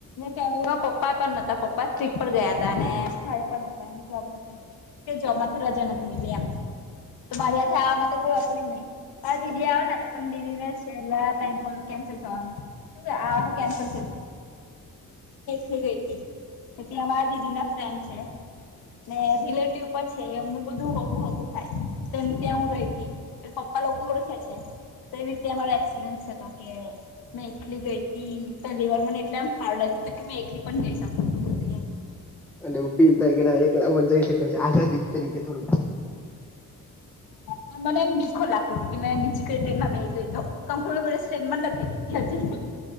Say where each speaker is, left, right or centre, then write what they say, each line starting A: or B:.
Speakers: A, on the left; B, in the centre.
A: ફેમલીમાં પપ્પા પણ નતા પપ્પા ટ્રીપ પર ગયા હતા અને ભાઈ પણ એમને જોબ કે જોમાંથી રજા નથી મિલી એમ, તો મારી હથે આવા માટે કોઈ અ હતુંય નહી. હા દીદી આવો પણ દીદી છેલ્લા ટ કેન્સલ થવાનું. આવાનું કેન્સલ થતું. લી ગઈ હતી, ત અમારા દીદી ના ફ્રેન્ડ છે. ને રિલેટિવ પણ છે એમનું બધું હોગું હોગું થાય, તેમ ત્યાં હું રહીતી. એ પપ્પા લોકો ઓળખે છે, તો એવી રીતે અમારો એક્સપિરિયન્સ છે તો કે. મેલી ગઈ હતી પહેલી વાર મને એટલે એમ હાર લાગ્યું હતું કે મેં એકલી પણ જઈ શકું છું બધ એમ.
B: અને એવું ફીલ થાય કે એકલા પણ જઈ શકેાય છે આઝાદી તરીકે થોડુંક.
A: હ મને મીખો લાગતી છે કે મે બીજીી ક તો એ ના બે કરીતો. કણ કો સ્ટ <unintelligible> નથી.